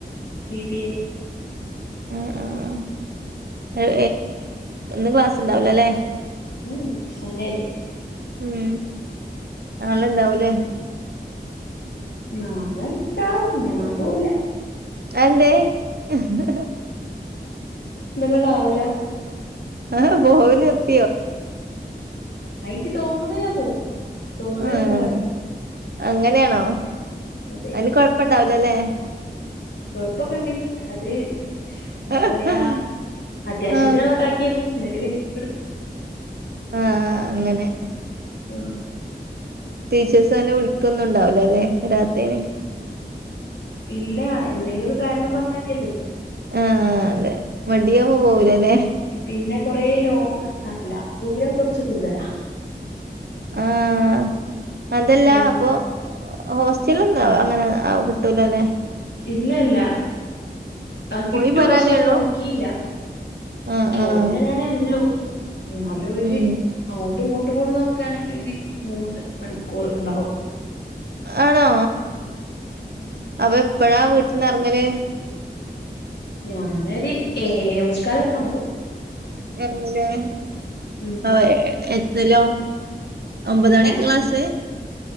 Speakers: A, on the left; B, on the right.
A: B B A.
B: ആ ആഹ് ഹേ ഇന്ന് ക്ലാസ്സ്ണ്ടാവൂലല്ലേ.
A: ഉം സൻഡൽ.
B: ഉം നാളെണ്ടാവൂലേ.
A: നാളണ്ടാവും ഞാൻ പോവൂല
B: അഎന്തേ ഹ ഹേ.
A: ന്ന ക്കെണ്ടാവൂല.
B: ആഹ് <unintelligible>
A: അയിൻകി തോന്നുമ്പം ഞാൻ പോവും. തോന്നുമ്പോ
B: ആഹ്
A: ഞാൻ പോവാണ്ടിക്കും
B: അങ്ങനെയാണോ
A: അതെ
B: അയ്ന് കൊഴപ്പുണ്ടാവ ല്ല ല്ലേ.
A: കൊഴപ്പൊക്കണ്ടി അത് എന്താ
B: ആഹ്
A: പറയാ അത്യാവശ്യത്തിനുള്ളക്ക
B: ആഹ്
A: ആക്കിയേക്കും. ന്നിട്ട് പിന്നെ ലീവ് എടു
B: ആഹ് ആഹ് അങ്ങനെ
A: ആഹ്.
B: ടീച്ചേഴ്സ് അങ്ങനെ വിളിക്കൊന്നുണ്ടാവൂലല്ലേ വെരാത്തേയ്ൻ.
A: ഇല്ല എന്തെങ്കിലൊക്കെ കാരണം പറഞ്ഞാൽ മതിയല്ലോ.
B: ആഹ് അതെ മടിയങ്ങ് പോവൂലല്ലെ.
A: പിന്നെ കൊറേ ലോങ് അല്ല ദൂരം കൊർച്ച് കൂടുതലാ
B: ആഹ് അതല്ല
A: അപ്പം
B: അപ്പൊ ഹോ ചിലന്താ അങ്ങനെ ആ കിട്ടൂലല്ലെ.
A: ഇല്ലല്ല ആ കിട്ടും
B: പോയി വരാനേ
A: പക്ഷെ അത്
B: ഉള്ളൂ
A: നോക്കിയില്ല
B: ആഹ്
A: പോയത്
B: ആഹ്
A: ഞാനെ ഉള്ളൂ എന്നാലും ഒര്
B: ഉം
A: അങ്ങോട്ടും ഇങ്ങോ ട്ടും കൂടെ നോക്കണെങ്കിൽ മൂന്ന് മണിക്കൂർ ഇണ്ടാവും
B: ആണോ അപ്പൊ എപ്പഴാ വീട്ട്ന്ന് എറങ്ങല്
A: ഞാനൊരു ഏയേമുകാലൊക്കെ ആവുമ്പോ
B: എറങ്ങുലേ
A: ഉം
B: അ എത്തലോ ഒമ്പത്
A: എങ്ങനെ
B: മണിക്കാ ക്ലാസ്